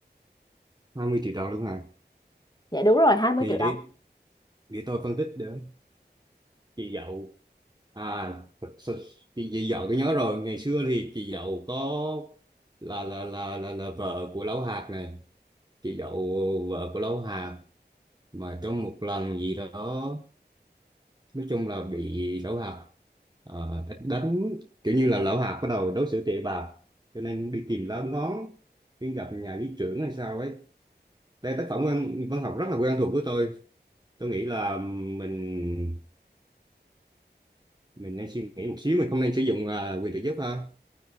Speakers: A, on the right (about 25°); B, on the left (about 25°).
A: 20 triệu đồng luôn hả
B: Dạ đúng rồi 20
A: thì
B: triệu
A: để
B: đồng
A: để tôi phân tích được chị Dậu à thật sự- chị, chị Dậu tôi nhớ rồi ngày xưa thì chị Dậu có là là là là là vợ của Lão Hạt này chị Dậu vợ của Lão Hạt mà trong một lần gì đó nói chung là bị lão hạt ờ, đánh, đánh kiểu như là lão hạt bắt đầu đối xử tệ bạc cho nên đi tìm lá ngón đi gặp nhà lý trưởng hay sao ấy đây tác phẩm văn, văn học rất là quen thuộc của tôi tôi nghĩ là mình mình nên suy nghĩ một xíu mình không nên sử dụng à, quyền trợ giúp ha